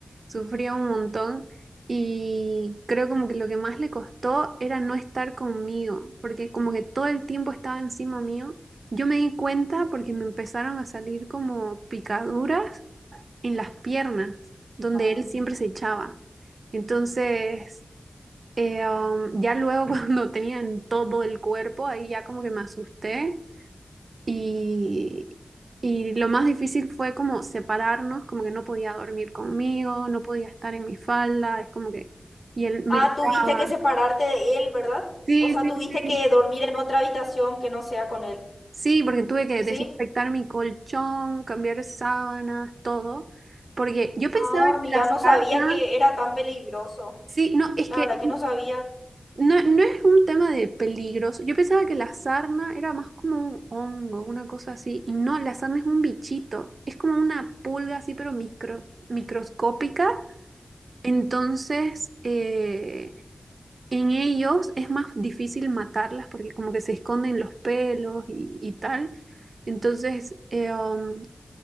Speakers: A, on the right; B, on the left.
A: sufría un montón. Y creo como que lo que más le costó era no estar conmigo, porque como que todo el tiempo estaba encima mío. Yo me di cuenta porque me empezaron a salir como picaduras en las piernas, donde
B: Ah.
A: él siempre se echaba. Entonces... Eh, um, ya luego <laughs> cuando tenía en todo el cuerpo, ahí ya como que me asusté y, y lo más difícil fue como separarnos, como que no podía dormir conmigo, no podía estar en mi falda, es como que, y él me
B: Ah,
A: gritaba.
B: tuviste que separarte de él, ¿verdad?
A: Sí,
B: O sea,
A: sí,
B: tuviste
A: sí.
B: que dormir en otra habitación que no sea con él.
A: Sí, porque tuve que
B: ¿Sí?
A: desinfectar mi colchón, cambiar sábanas, todo, porque yo pensaba
B: Ah,
A: que
B: mira,
A: la sarna,
B: no sabía que era tan peligroso.
A: sí, no, es
B: La
A: que
B: verdad que no sabía.
A: No, no es un tema de peligros Yo pensaba que la sarna era más como un hongo, una cosa así. Y no, la sarna es un bichito. Es como una pulga así, pero micro- microscópica. Entonces, eh, en ellos es más difícil matarlas porque como que se esconden los pelos y, y tal. Entonces, eh, um,